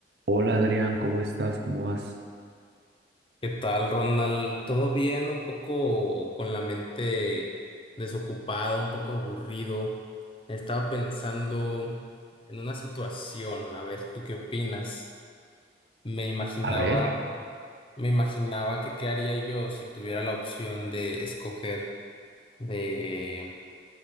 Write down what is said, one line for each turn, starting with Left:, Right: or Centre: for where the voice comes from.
Right: Hola Adrián, ¿cómo estás? ¿Cómo vas?
Left: ¿Qué tal, Ronald? ¿Todo bien? Un poco con la mente desocupada, un poco aburrido. Estaba pensando en una situación, a ver, ¿tú qué opinas? Me imaginaba,
Right: A ver,
Left: me imaginaba que qué haría yo si tuviera la opción de escoger de